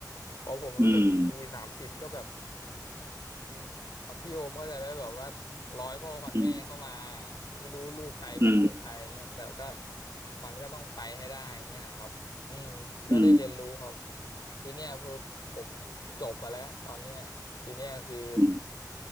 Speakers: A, on the left (about 70°); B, on the right (about 40°).
A: เพราะผมรู้สึกอุ้ยสามสิบก็แบบ
B: อืม
A: อืมเอ่อพี่โอมเข้าใจไหมแบบว่าร้อยพ่อพันแม่เข้ามา
B: อืม
A: ไม่รู้ลูกใครเป็นลูกใครเงี้ยแต่ก็
B: อืม
A: มันก็ต้องไปให้ได้เงี้ยครับอืมก็ได้เรียนรู้ครับ
B: อืม
A: ทีเนี้ยคือผมจบมาแล้วตอนเนี้ยทีเนี้ยคือ
B: อืม